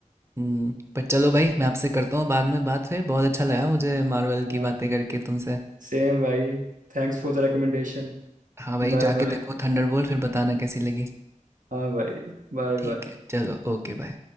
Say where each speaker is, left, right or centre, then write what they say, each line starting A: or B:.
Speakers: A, on the right (about 20°); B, on the right (about 80°).
A: हम्म, पर चलो भाई मैं आपसे करता हूँ बाद में बात फिर बहुत अच्छा लगा मुझे मार्वल
B: हाँ
A: की बातें करके तुमसे
B: सेम भाई Thanks for the recommendation
A: हाँ भाई
B: Bye
A: जाके
B: bye
A: देखो थंडरबोल्ट फिर बताना कैसी लगी
B: हाँ भाई Bye
A: ठीक
B: bye
A: है चलो ओके बाय